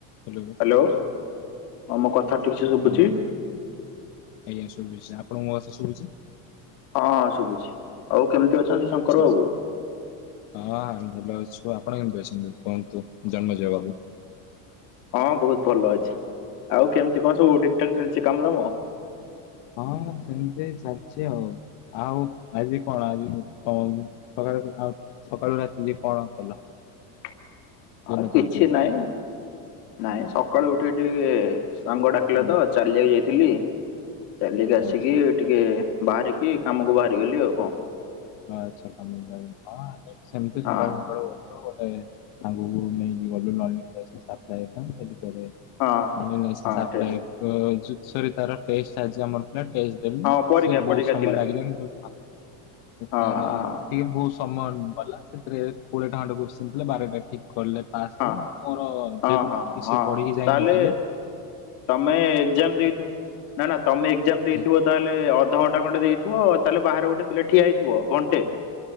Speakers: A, on the left; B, on the left.
A: Hello
B: hello ହଁ ମୋ କଥା ଠିକ୍ ସେ
A: ହଁ
B: ଶୁଭୁଛି।
A: ଆଜ୍ଞା ଶୁଭୁିଛି। ଆପଣଙ୍କ ମୋ କଥା ଶୁବୁଛି।
B: ହଁ ଶୁଭୁଛି। ଆଉ କେମ୍ତି ଅଛନ୍ତି
A: ଆଚ୍ଛା।
B: ଶଙ୍କର୍ ବାବୁ।
A: ହଁ ଆମେ ଭଲ ଅଛୁ ଆପଣ କେମ୍ତି ଅଛନ୍ତି କୁହନ୍ତୁ ଜମଜ ବାବୁ।
B: ହଁ ବହୁତ ଭଲ ଅଛି ଆଉ କେମ୍ତି କଣ ସବୁ ଠିକ୍ ଠାକ୍ ଚାଲିଛି କାମଦାମ।
A: ହଁ ସେମ୍ତି ଚାଲ୍ଚି ଆଉ। ଆଉ ଆଜି କଣ ଆଜି କଣ ସକାଳେ କଥା ସକାଳୁ ରାତିି ଯାଏ କଣ କଲ।
B: <inaudible> ହଁ
A: ଦିନ
B: କିଛି
A: ଚର୍ଯ୍ୟା?
B: ନାଇଁ ନାଇଁ ସକାଳୁ ଉଠିକି ଟିକେ ସାଙ୍ଗ ଡାକିଲା
A: ହୁଁ
B: ତ। ଚାଲିବାକୁ ଯାଇଥିଲି ଚାଲିକି ଆସିକି
A: ଆଚ୍ଛା
B: ଟିକେ ବାହାରିକି କାମକୁ ବାହାରିଗଲି ଆଉ କଂ।
A: ଆଚ୍ଛା କାମ କୁ ବାହାରି ହଁ ଆମେ ବି ସେମ୍ତି
B: ହଁ
A: ସକାଳୁ ସକାଳୁ ଗୋଟେ ସାଙ୍ଗକୁ ନେଇକି ଗଲୁ <unintelligible>
B: ହଁ
A: ଓନେନେସେସ୍
B: ହଁ
A: ଆପ୍ଲାଏର
B: ଠିଆ
A: ଯୋଉ ଛରି ତାର ଟେଷ୍ଟ ଆଜି ଆମର ଥିଲା ଟେଷ୍ଟ ଦେଲୁ
B: ହଁ ପରୀକ୍ଷା
A: ସେ ବହୁତ
B: ପରୀକ୍ଷା
A: ସମୟ
B: ଥିଲା
A: ଲାଗିଲାନି ହଁ
B: ହଁ
A: ତାର
B: ହଁ
A: ଟିକେ ବହୁତ ସମୟ ଗଲା ସେଥିରେ କୋଡ଼ିଏ ଟା ଖଣ୍ଡେ କୋସ୍ଚିନ୍ ଥିଲା ବାରଟା ଠିକ କଲେ। ପାସ
B: ହଁ
A: ହଉ ମୋର
B: ହଁ
A: ଯେହେତୁ
B: ହଁ
A: ଟିକ୍ ଠିକ୍ସେ
B: ହଁ
A: ପଢିକି ଯାଇନଥିଲେ।
B: ତାହେଲେ ତମେ ଏକ୍ଜାମ୍ ଦେଇଥିବ। ନା ନା ତମେ ଏକ୍ଜାମ ଦେଇଥିବ
A: ହଁ
B: ତାହେଲେ ଅଧଘଣ୍ଟା ଖଣ୍ଡେ ଦେଇଥିବ ତାହେଲେ ବାହାରେ ଗୋଟେ ପିଲା ଠିଆ ହେଇଥିବ। ଘଣ୍ଟେ।